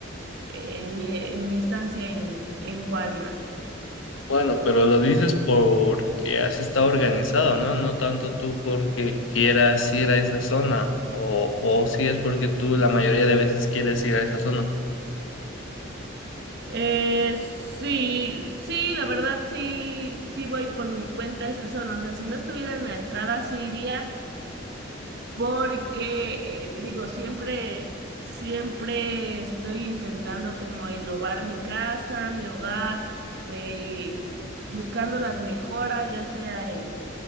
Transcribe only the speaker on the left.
Bueno, pero lo dices porque así está organizado, ¿no? No tanto tú porque quieras ir a esa zona o, o si es porque tú la mayoría de veces quieres ir a esa zona.